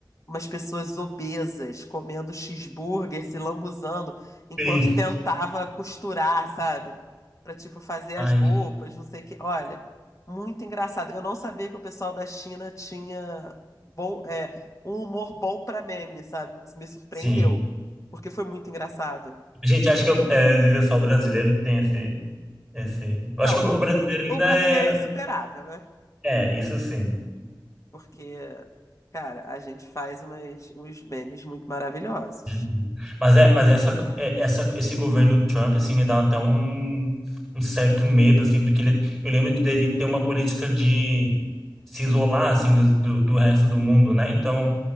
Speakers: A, on the left; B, in the centre.
A: umas pessoas obesas comendo cheeseburger, se lambuzando, enquanto
B: Sim.
A: tentava costurar, sabe? Pra, tipo, fazer
B: Ai,
A: as roupas, não sei o quê. Olha, muito engraçado. Eu não sabia que o pessoal da China tinha bom, é, um humor bom pra meme, sabe? Isso me surpreendeu,
B: sim.
A: porque foi muito engraçado.
B: Gente, acho que eu, é, às vezes é só o brasileiro que tem esse, esse... eu
A: Não,
B: Acho que o,
A: o,
B: o brasileiro ainda
A: o brasileiro
B: é,
A: é insuperável, né?
B: é, é, isso sim.
A: Porque, cara, a gente faz umas, uns memes muito maravilhosos.
B: Uhum. Mas é, mas essa, é- essa, esse governo Trump, assim, me dá até um, um certo medo, assim, porque ele, eu lembro dele ter uma política de se isolar, assim, do, do, do resto do mundo, né? Então,